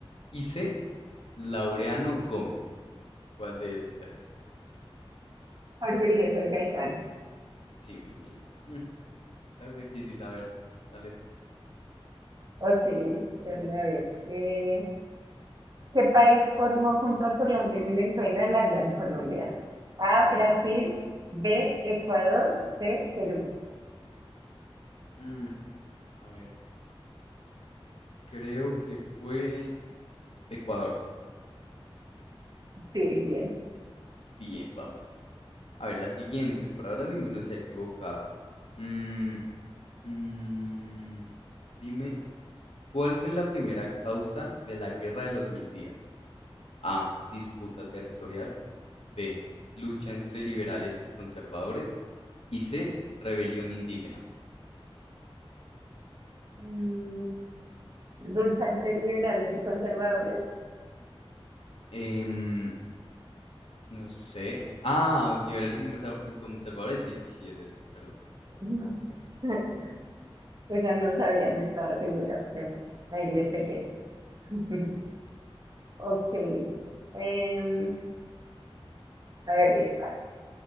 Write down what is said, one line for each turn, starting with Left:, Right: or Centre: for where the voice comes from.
Left: Y C. Laureano Gómez. ¿Cuál de esos tres?
Right: Jorge Eliezer Gaitán.
Left: Sí, muy bien. Mm, va a estar difícil. A ver, dale tú.
Right: Ok, ya la veo. Eh, ¿qué país formó junto a Colombia y Venezuela la Gran Colombia? A, Brasil, B, Ecuador, C, Perú.
Left: Mm, a ver, creo que fue Ecuador.
Right: Sí, bien.
Left: Bien, vamos. A ver, la siguiente. Por ahora ninguno se ha equivocado. Mm, mm, dime, ¿cuál fue la primera causa de la Guerra de los Mil Días? A. Disputa territorial. B. Lucha entre liberales y conservadores. Y C. Rebelión indígena.
Right: Mm, ¿Lucha entre liberales y conservadores?
Left: Em, no sé. Ah, liberales y conversa- y conservadores. Sí, sí, sí, es esa. Perdón.
Right: No. <laughs> O sea, no sabía, no estaba segura, pero ahí le pegué.
Left: Muy bien.
Right: <laughs> Ok. Em, a ver esta.